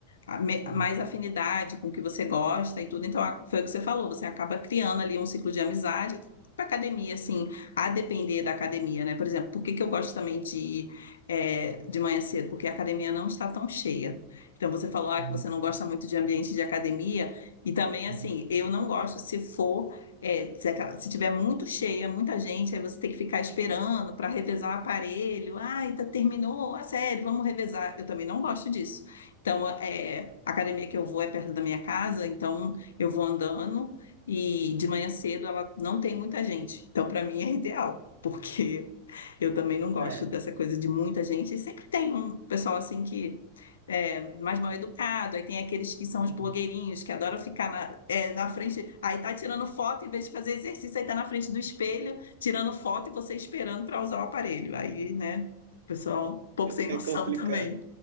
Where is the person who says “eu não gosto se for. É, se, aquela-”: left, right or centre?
Left